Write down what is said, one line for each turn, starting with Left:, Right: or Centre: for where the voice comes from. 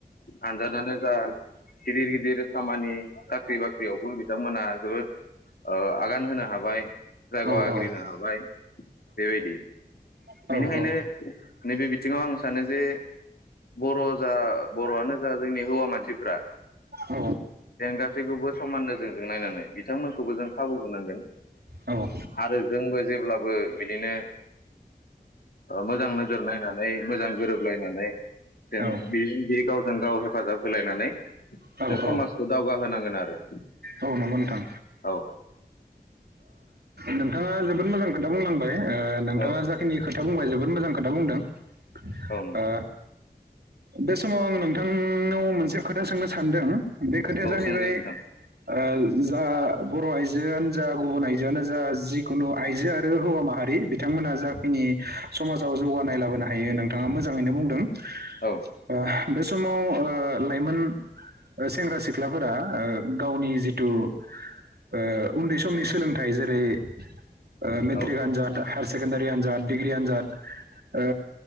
Left: आनजादानो जा गिदिर-गिदिर खामानि साख्रि बाख्रियावबो बिथांमोना जोबोद ओ आगान होनो हाबाय जायग
Right: औ
Left: आग्रिनो हाबाय बेबादि
Right: औ
Left: बेनिखायनो
Right: औ औ
Left: नैबे बिथिंङाव आं सानो जे बर जा बरआनो जा जोंनि हौवा मानसिफ्रा
Right: औ
Left: जेन गासैखौबो समाननो जोंजों नायनानै बिथांमोनखौबो जों खाबु होनांगोन
Right: औ
Left: आरो जोंबो जेब्लाबो बिदिनो ओ मोजां नोजोर नायनानै मोजां गोरोबलायनानै जेन
Right: औ
Left: बेयो बे गाव जों गाव हेफाजाब होलायनानै
Right: औ
Left: जों समाजखौ दावगाहोनांगोन आरो <inaudible>
Right: औ नंगौ नोंथां
Left: औ
Right: नोंथांङा जोबोद मोजां खोथा बुंलांबाय ओ नोंथांङा
Left: औ
Right: जाखिनि खो था बुंबाय जोबोद मोजां खोथा बुंदों। ओ
Left: औ नोंथां
Right: बे समाव आं नोंथांनाव मोनसे खोथा सोंनो सानदों? बे खोथाया
Left: औ
Right: जाहैबाय
Left: सोंजायो नोंथां
Right: ओ जा बर' आइजोआनो जा गुबुन आइजोआनो जा जिखुनु आइजो आरो हौवा माहारि बिथांमोना जाखिनि समाजाव जौगानाय लाबोनो हायो नोंथांङा मोजांङैनो बुंदों। ओ
Left: औ
Right: बे समाव ओ लाइमोन ओ सेंग्रा सिख्लाफोरा ओ गावनि जिथु ओ उन्दै समनि सोलोंथाइ जेरै ओ मेथ्रिक
Left: औ
Right: आजाद हायारसे सेकेनडारि आनजाद डिग्रि आनजाद ओ